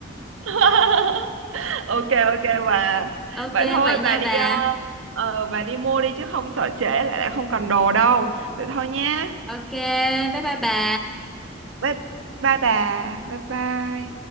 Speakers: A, on the right; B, in the centre.
A: <laughs> ok ok bà
B: ok
A: vậy thôi
B: vậy nha
A: bà đi
B: bà
A: ờ, ờ, bà đi mua đi chứ không sợ trễ lại lại không còn đồ đâu vậy thôi nhé
B: ok bye bye bà
A: bye bye bà bye bye